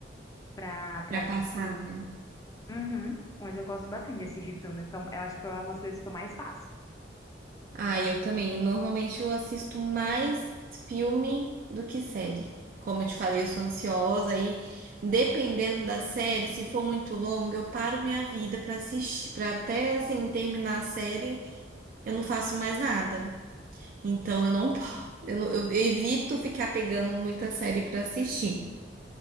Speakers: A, on the left (about 20°); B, on the right (about 50°).
A: pra, pra
B: Já
A: assistir.
B: passava.
A: Uhum. Mas eu gosto bastante de assistir filme. que Eu eu acho que é uma das coisas que eu mais faço.
B: Ah, eu também. Normalmente eu assisto mais filme do que série. Como eu te falei, eu sou ansiosa e dependendo da série, se for muito longa, eu paro minha vida para assistir, para até assim terminar a série, eu não faço mais nada. Então eu não, <laughs> po- eu, não- eu evito ficar pegando muita série para assistir.